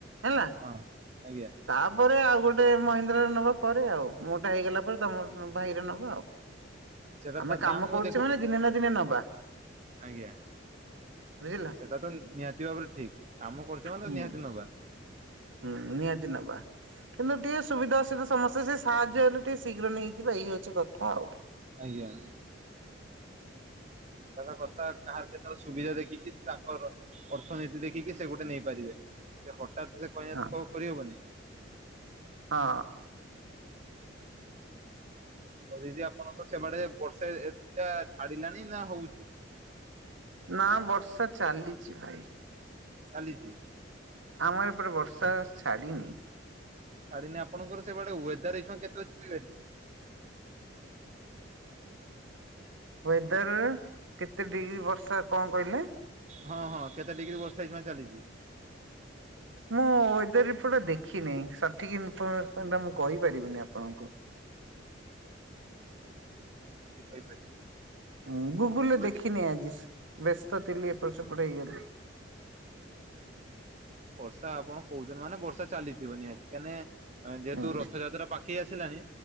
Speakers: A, on the right (about 80°); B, on the right (about 35°).
A: ହେଲା
B: ହଁ। ଆଜ୍ଞା
A: ତାପରେ ଆଉ ଗୋଟେ ମହିନ୍ଦ୍ରାରେ ନବା ପରେ ଆଉ ମୋଟା ହେଇଗଲା ପରେ ତମ ଭାଇରେ ନବା ଆଉ।
B: ସେଟା
A: ଆମେ
B: ତା
A: କାମ
B: ଦାମ ମୁଁ
A: କରୁଚେ
B: ଦେଖୁ
A: ମାନେ ଦିନେ ନା ଦିନେ ନବା।
B: ଆଜ୍ଞା।
A: ବୁଝିଲ
B: ସେଟା ତ ନିହାତି ଭାବରେ ଠିକ କାମ କରୁଚେ ମାନେ
A: ହୁଁ
B: ତ ନିହାତି ନବା
A: ହୁଁ ନିହାତି ନବା। କିନ୍ତୁ ଟିକେ ସୁବିଧା ଅସୁବଧା ସମସ୍ତେ ସେ ସାହାଯ୍ୟ ହେଲେ ଟିକେ ଶୀଘ୍ର ନେଇଯିବ ଏଇ ହଉଚି କଥା ଆଉ
B: ଆଜ୍ଞା। କଥା କାହାର କେତେବେଳ ସୁବିଧା ଦେଖିକି ତାଙ୍କର ଅର୍ଥନୀତି ଦେଖିକି ସେ ଗୋଟେ ନେଇପାରିବେ ସେ ହଠାତ୍ ସେ କହିବା
A: ହଁ
B: ତ କରିହବନି
A: ହଁ।
B: ଆଉ ଦିଦି ଆପଣଙ୍କ ସେ ବାଡେ ବର୍ଷା ଏଟା ଛାଡିଲାଣି ନା ହଉଜି?
A: ନା ବର୍ଷା ଚାଲିଚି ଭାଇ।
B: ଚାଲିଛି।
A: ଆମର ଏପଟେ ବର୍ଷା ଛାଡ଼ିନି।
B: ଛାଡିନି ଆପଣଙ୍କ ସେଆଡେୱେଦର <unintelligible> କେତେ ଅଛି <unintelligible>
A: ୱେଦର କେତେ ଡିଗ୍ରୀ ବର୍ଷା କଣ କହିଲେ।
B: ହଁ ହଁ କେତେ ଡିଗ୍ରୀ ବର୍ଷା <unintelligible> ଚାଲିଛି।
A: ମୁଁ ୱେଦର ରିପୋର୍ଟ ଦେଖିନି ସଠିକ ଇନଫର୍ମସ ଟା ମୁଁ କହିପାରିବିନି ଆପଣଙ୍କୁ।
B: <unintelligible>
A: ହୁଁ ଗୁଗୁଲରେ
B: ଠିକ
A: ଦେଖିନି
B: ଅଛି
A: ଆଜି। ବ୍ୟସ୍ତ ଥିଲି ଏପଟ ସେପଟ ହେଇଗଲି।
B: ବର୍ଷା ଆପଣ କହୁଛନ୍ତି ମାନେ ବର୍ଷା ଚାଲିଥିବ ନିହାତି କେନେ। ଯେହେତୁ
A: ହୁଁ
B: ରଥଯାତ୍ରା ପାଖେଇ ଆସିଲାନି